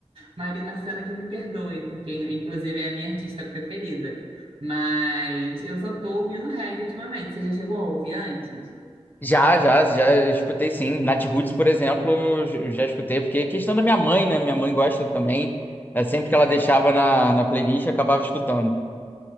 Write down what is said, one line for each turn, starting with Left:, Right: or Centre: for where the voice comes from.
Right: Marina Sena que me perdoe, porque inclusive é a minha artista preferida. Mas eu só tô ouvindo reggae ultimamente. Você já chegou a ouvir antes?
Left: Já, já, já escutei sim. Nat Roots, por exemplo, eu j- eu já escutei, porque é questão da minha mãe, né? Minha mãe gosta também. É, sempre que ela deixava na, na playlist, eu acabava escutando.